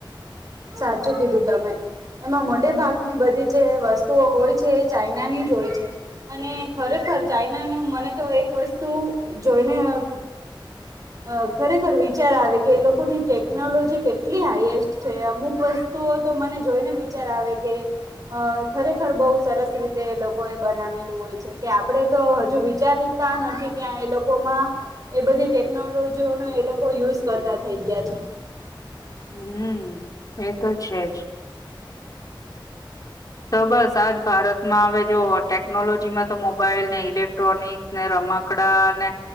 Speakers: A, on the right; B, on the left.
A: સાચું કીધું તમે. એમાં મોટે ભાગની બધી જે વસ્તુઓ હોય છે એ ચાઈનાની જ હોય છે અને ખરેખ ખર ર્ચાાઈના ને મને તો એક વસ્તુ જોઈને અ અ ખરેખર વિચાર આવે કે એ લોકોની ટેકનોલોજી કેટલી હાઈએસ્ટ છે અમુક વસ્તુઓ તો મને જોઈને વિચાર આવે કે. અ ખરેખર બહુ સરસ રીતે એ લોકો એ બનાવેલું હોય છે કે આપડે તો હજુ વિચાર તા નથી ત્યાં એ લોકોમાં એ બધી ટેકનોલોજીઓનો એ લોકો યુઝ કરતા થઈ ગયા છે.
B: હમ્મ એ તો છેજ. તો બસ આજ ભારતમાં હવે જો ટેકનોલોજી માં તો મોબાઈલ નહી. ઇલેક્ટ્રોનિક્સ ને રમકડા ને